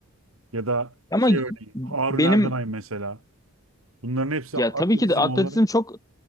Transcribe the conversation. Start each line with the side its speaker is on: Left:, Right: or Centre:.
Right: Ya da
Left: Ama
Right: şey örneği Harun
Left: benim
Right: Erdenay mesela. Bunların hepsi
Left: ya
Right: atletizm
Left: tabii ki de atletizm
Right: olarak.
Left: çok